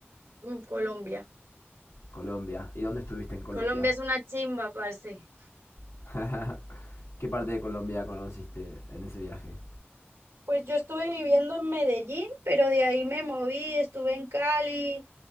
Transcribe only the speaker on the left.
Colombia. ¿Y dónde estuviste en Colombia?
<laughs> ¿Qué parte de Colombia conociste en ese viaje?